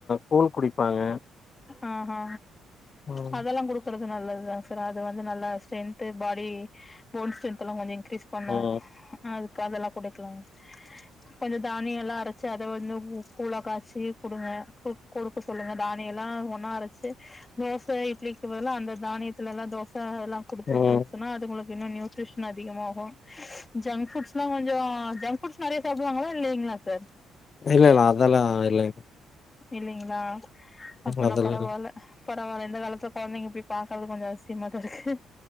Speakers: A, on the left; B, on the left.
A: கூழ் குடிப்பாங்க
B: ஆ ஹா
A: ம்
B: அதெல்லா குடுக் குறது நல்லதுதாங் சார் அது வந்து நல்லா ஸ்ட்ரென்து பாடி போன் ஸ்ட்ரென்த் எல்லா கொஞ்சொ இன்க்ரீஸ் பண்ணு
A: ம்
B: அதுக்கு அதெல்லா குடுக்லாங்க கொஞ்சொ தானியல்லா அரச்சு அத வந்து கூழா காச்சி குடுங்க குடுக்க சொல்லுங்க தான் ய எல்லா ஒன்னா அரச்சி தோச இட்லிக்கு பதுலா அந்த தானியத்துல எல்லா தோச அதெல்லாம் குடுத்து
A: ம்
B: குடுக்சொன்னா அது உங்களுக்கு இன்னு நியூட்ரிஷன் அதிகமாகு ஜங்க் ஃபுடஸ்ல்லா கொஞ்சொ ஜங்க் ஃபுட்ஸ் நறைய சாப்டுவாங்களா இல்லைங்ளா சார்
A: இல்ல இல்ல அதெல்லா இல்லைங்
B: இல்லிங்ளா அப்ப
A: அதெல்லா
B: நா பரவால்ல
A: இல்ல
B: பரவால்ல இந்த காலத்துல கொழந்தைங்க இப்டி பாக்கறது கொஞ்சோ அதிசயமா தா இருக்கு